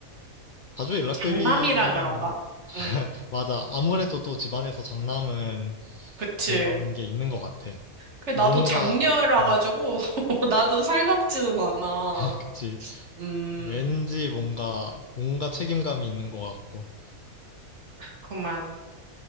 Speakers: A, on the left; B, on the right.
A: 자주 연락드리면
B: 장남이라 그런가?
A: 뭐. <laughs>
B: 음,
A: 맞아. 아무래도 또 집안에서 장남은
B: 그치.
A: 그런 게 있는 것 같아.
B: 그 나도
A: 뭔가,
B: 장녀라
A: 음,
B: 가지고, <laughs> 나도 살갑지는 않아.
A: <laughs> 그치.
B: 음,
A: 왠지 뭔가, 뭔가 책임감이 있는 것 같고.
B: 그만.